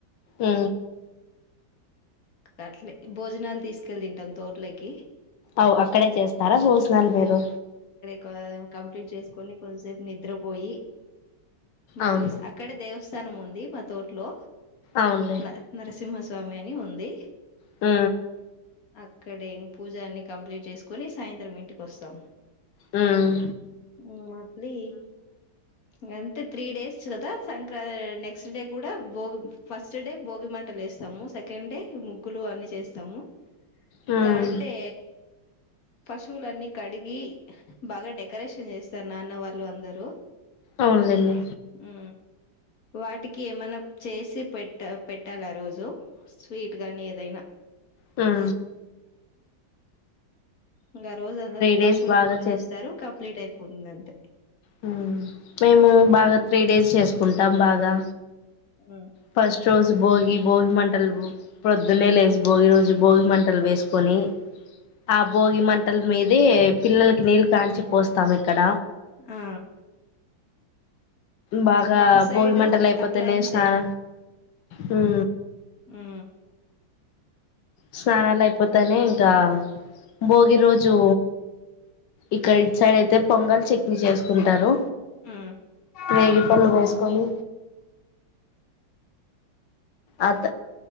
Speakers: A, on the left; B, on the left.
A: ఉ
B: అట్లె భోజనాలు తీసుకెళ్ళ్ తింటాం తోట్లొకి
A: అవ్, అక్కడే చేస్తారా భోజనాలు మీరు
B: కవ్ కంప్లీట్ చేసుకొని కొంసేపు నిద్రపోయి మళ్ళీస్
A: అవును
B: అక్కడే దేవస్థానం ఉంది మా తోట్లో,
A: అవునులే
B: న నరసింహ సా మెని ఉంది.
A: ఉ
B: అక్కడ ఇంగ్ పూజాన్ని కంప్లీట్ చేసుకొని సాయంత్రం ఇంటికి వస్సాం.
A: మ్మ్
B: హు, మద్లి ఇగ అం తే త్రీ డేస్ కదా సంక్రా నెక్స్ డే కూడా భోగి ఫస్ట్ డే భోగి మంటలు ఎస్సాము. సెకండ్ డే ముగ్గులు అన్ని చేస్తాము.
A: మ్మ్
B: థర్ డే పశువులన్ని కడిగి బాగా డెకరేషన్ చేస్తారు నాన్న వాళ్ళు అందరూ
A: అవునులేండి
B: హు వాటికి ఏమన్న చేసి పెట్ట పెట్టాలా రోజు స్వీట్ గాని ఏదైనా
A: హు
B: ఇంగ ఆ రోజు అందర్
A: డేస్
B: పశువుల్ని
A: బాగా
B: పూజిస్తారు కంప్లీట్ అయ్ ఉందంతే
A: హు, మేము బాగా త్రీ డేస్ చేసుకుంటాం బాగా
B: మ్మ్
A: ఫస్ట్ రోజు భోయి భోగి మంటలు పొద్దున్నె లేసి భోగి రోజు భోగి మంటలు వేసుకొని ఆ బోగి మ ంటల్ మీదీ పిల్లలకి నీళ్ళు కాంచి పోస్తాం, ఇక్కడ
B: ఆ
A: బాగా
B: మా సైడు
A: భోగి మంటల అయిపోతున్నాయి,
B: అట్లా ఏం
A: స్నాన హ్
B: హ్
A: స్నానాలు అయిపోతానే ఇంకా భోగి రోజు ఇక్కడి సైడ్ అయితే పొంగల్ చట్నీ చేసుకుంటారు.
B: హ్
A: రేగి పళ్ళు వేసుకొని ఆత